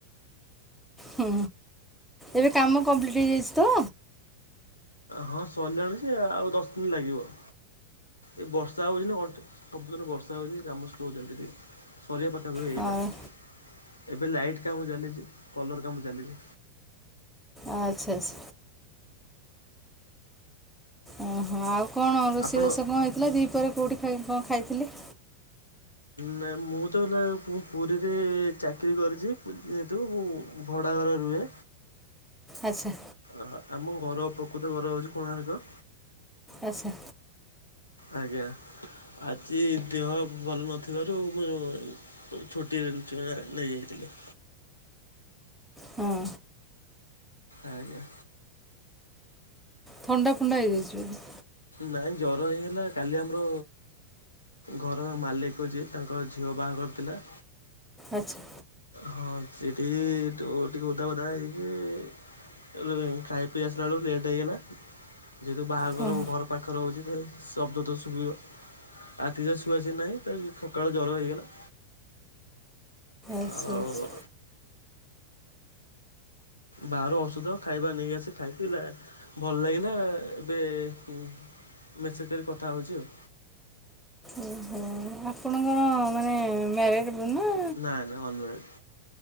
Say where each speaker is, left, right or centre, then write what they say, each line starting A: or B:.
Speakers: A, in the centre; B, on the left.
A: ହୁଁ ଏବେ କାମ କମ୍ପ୍ଲିଟ୍ ହେଇଯାଇଛି ତ?
B: ହଁ ସରିଲାଣି ସେ ଆଉ ଦଶ ଦିନ ଲାଗିବ। ଏ ବର୍ଷା ହଉଛି ନା ସବୁଦିନ ବର୍ଷା ହଉଛି କାମ ସ୍ଲୋଉ ଚାଲିଛି ଟିକେ ସରିବା ପାଖା ହେଇଗଲାଣି
A: ହଁ
B: ଏବେ ଲାଇଟ୍ କାମ ଚାଲିଛି କଲର୍ କାମ ଚାଲିଛି।
A: ଆଚ୍ଛା ଆଚ୍ଛା। ଓହୋ ଆଉ କଣ ରୋଷେଇ
B: ଆପଣ
A: ବାସ କଣ ହେଇଥିଲା ଦୁଇ ପରେ କେଉଁଠି କଣ ଖାଇଥିଲେ?
B: ନା ମୁଁ ତ ହେଲା ପୁ-ପୁରୀରେ ଚାକିରି କରିଛି ଯେହେତୁ ମୁ ଭଡ଼ା ଘରେ ରୁହେ।
A: ଆଚ୍ଛା।
B: ଓହ ଆମ ଘର ପ୍ରକୃତ ଘର ହଉଛି କୋଣାର୍କ।
A: ଆଚ୍ଛା।
B: ଆଜ୍ଞା ଆଜି ଦେହ ଭଲ ନଥିବାରୁ ମୁଁ ଛୁଟି <unintelligible> ନେଇ ଯାଇଥିଲି।
A: ହଁ।
B: ଆଜ୍ଞା।
A: ଥଣ୍ଡା ଫଣ୍ଡା ହେଇଯାଇଛି ବୋଧେ?
B: ନାଇଁ ଜର ହେଇ ହେଲା କାଲି ଆମର ଘରର ମାଲିକ ଯିଏ ତାଙ୍କ ଝିଅ ବାହାଘର ଥିଲା।
A: ଆଚ୍ଛା।
B: ହଁ ସେଠି ଟିକେ ଓଧା ଫଧା ହେଇ କି ଖାଇ ପିଇ ଆସିଲା ବେଳୁ ଲେଟ୍ ହେଇଗଲା ଯେହେତୁ ବାହାଘର
A: ହଁ
B: ଘର ପାଖରେ ହେଉଛି ଶବ୍ଦ ତ ଶୁଭିବ। ରାତିରେ ଶୁଆସୁଇ ନାହିଁ ସକାଳୁ ଜର ହେଇଗଲା।
A: ଆଚ୍ଛା
B: ଆଉ
A: ଆଚ୍ଛା
B: ବାହାର ଔଷଧ ଖାଇବା ନେଇ ଆସି ଖାଇଥିଲା ଆ ଭଲ ଲାଗିଲା ଏବେ ମେସେଜ୍ ରେ କଥା ହେଉଛି ଆଉ।
A: ଓହୋ! ଆପଣଙ୍କର ମାନେ ମ୍ୟାରେଡ ନା
B: ନାଁ ନାଁ ଅନମ୍ୟାରେଡ